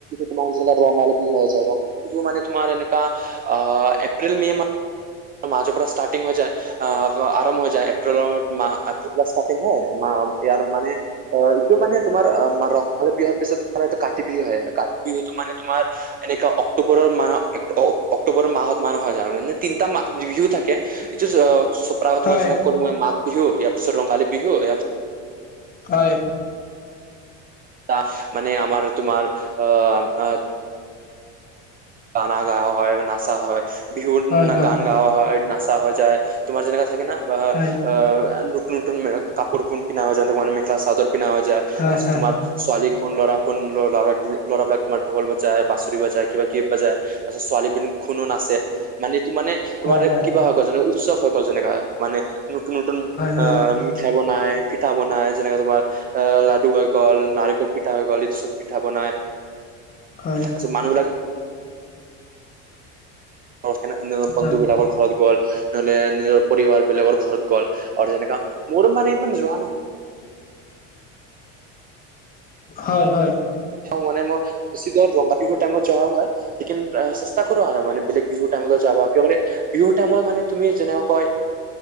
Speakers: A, on the right; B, on the left.
A: তোমাৰ যে ৰঙালী বিহু হৈ যায় ৰ মানে তোমাৰ এনেককা এপ্ৰিল মে ম মাৰ্চৰ পৰা ষ্টাৰ্টিং হৈ যায় আহ আৰম্ভ হৈ যায় এপ্ৰিলৰ মা ষ্টাৰ্টিং হয় মা ইয়াৰ মানে অ এইটো মানে তোমাৰ ৰঙালী বিহুৰ পিছত তোমাৰ এইটো কাতি বিহু আহে কাতি বিহু মানে তোমাৰ এনেকা অক্টোবৰৰ মাহ অক্টোবৰৰ মাহত মা হয় যায় এৰিভিউ থাকে এইটো প্ৰায়
B: হয়
A: তোমাৰ যেনে কলো মই মাঘ বিহু ইয়াৰ পিছত ৰঙালী বিহু ইয়াৰ
B: হয়
A: ত মানে আমাৰ তোমাৰ আ- গানা গাৱা হয় নাচা হয় বিহুত
B: হয় হয়
A: গান গাৱা হয় নাচা হৈ যায়। তোমাৰ যেনেকা থাকে ন বা
B: হয়
A: আ নতন কাপোৰ পিধা যায় ত মেখা চাদৰ পিন্ধাহৈ যায়।
B: হয়
A: আছ
B: হয়
A: তোমাৰ ছোৱালী কোন লৰা শোন লৰা ল'ৰাবলাক তোমাৰ ঢল বজাই বাচৰি বাজায় কিবা কিব বাজাই তাৰপিছত ছোৱালী- খুনু নাচছে মানে ত মানে তোমাৰ
B: হয় হয় হয়
A: কিবা হৈ গ'ল যে উৎসৱ হৈ গ'ল যেনেকাা মানে। নতন নতুন
B: হয় হয়
A: আহ
B: হয়
A: মিঠাই বনায় পিঠা বনায় যেনেকে তোমাৰ- এ লাডু হৈ গ'ল নাৰিকল পিঠা হৈ গ'ল এই চব পিঠা বনাই-
B: হয়
A: তাৰছত
B: হয়
A: মানুহ বিলাক- স
B: হয়
A: বন্ধু
B: হয়
A: বিলাকৰ ঘৰত গ'ল নহলে নিজৰ পৰিবাৰ বিলাকৰ ঘৰত গ'ল আৰু যেনেকা মোৰো মানে ইমান যোৱা নাই-
B: হয় হয়।
A: মে মই বেছি দৰ ৰংগা বিহুৰ টাইমত যোৱা হয় লিন কৰো আৰু মানে বেগ বিহু টাইমতও যাবা। একেবাৰে বিহু টাইমত মানে তুমি যেনেক কয়